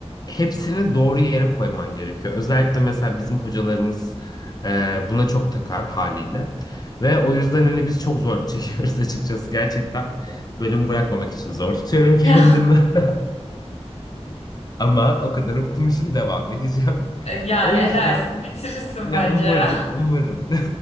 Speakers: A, on the left; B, on the left.
A: hepsini doğru yere koyman gerekiyor. Özellikle mesela bizim hocalarımız e, buna çok takar haliyle. Ve o yüzden hani biz çok zorluk çekiyoruz <laughs> açıkçası. Gerçekten bölüm bırakmamak için zor tutuyorum
B: <laughs>
A: kendimi.
B: Ya
A: <laughs> Ama o kadar okumuşum devam edeceğim.
B: yani
A: O yüzden
B: edersin bitirirsin
A: ya
B: bence
A: umarım,
B: ya.
A: umarım.